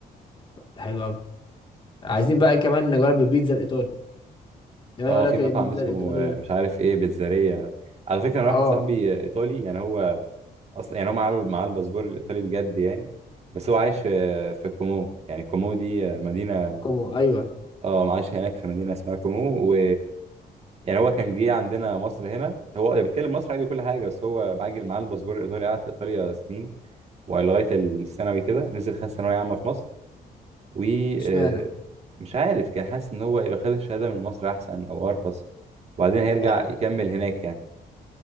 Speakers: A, on the left (about 30°); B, on the right (about 40°).
A: ده حلو قوي عايزين بقى كمان نجرب البيتزا الايطالي دايما
B: اه
A: يقول لك
B: في مطعم
A: البيتزا
B: اسمه
A: الايطاليه
B: آه، مش عارف ايه بيتزارية على فكره انا
A: اه
B: واحد صاحبي آه، ايطالي يعني هو اصلا يعني هو معاه معاه الباسبور الايطالي بجد يعني بس هو عايش في في كومو يعني كومو دي آه، مدينه
A: كومو ايوه
B: اه عايش هناك في مدينه اسمها كومو و يعني هو كان جه عندنا مصر هنا هو بيتكلم مصر عادي كل حاجه بس هو عاجل معاه الباسبور الايطالي قعد في ايطاليا سنين ولغايه الثانوي كده نزل خد ثانويه عامه في مصر ومش
A: اشمعنى
B: عارف كان حاسس ان هو لو خد الشهاده من مصر احسن او ارخص وبعدين هيرجع
A: ايوه
B: يكمل هناك يعني